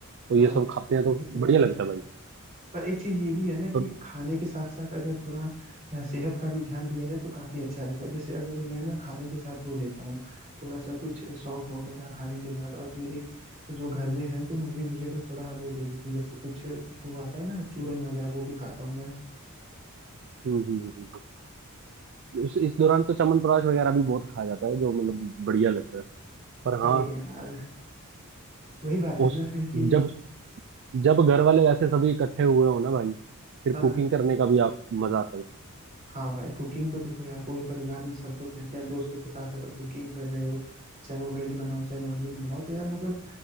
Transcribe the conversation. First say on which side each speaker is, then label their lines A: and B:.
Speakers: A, on the right; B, on the right.
A: तो
B: हाँ
A: ये सब
B: यार
A: खाते हैं तो
B: वही तो बात
A: बढ़िया लगता
B: है
A: है भाई
B: पर एक चीज ये भी है ना
A: तो
B: कि खाने के साथ साथ अगर थोड़ा अ, सेहत का भी ध्यान दिया जाए तो काफी अच्छा रहता है जैसे अगर मैं ना खाने के साथ वो लेता हूँ थोड़ा सा कुछ सौंफ वगैरह खाने के बाद और मेरे जो घर में है तो मम्मी मुझे तो थोड़ा वो दे देती है जैसे कुछ वो आता है ना चूरन वगैरह वो भी खाता हूँ मैं
A: हम्म, हम्म, हम्म, हम्म। उस इस दौरान तो च्यवनप्राश वगैरह भी बहुत खाया जाता है जो मतलब बढ़िया लगता है पर
B: अरे
A: हाँ
B: यार वही बात है
A: उस
B: ना फिर कि
A: जब जब घर वाले वैसे सभी इकट्ठे हुए हो ना भाई फिर
B: हाँ
A: कुकिंग
B: हाँ
A: करने का भी आप मजा आता है
B: हाँ भाई कुकिंग तो देखो यार पूरे परिवार में सब लोग रहते हैं दोस्तों के साथ अगर कुकिंग कर रहे हो चाहे वो वेज बनाओ चाहे नॉन वेज बनाओ तो यार मतलब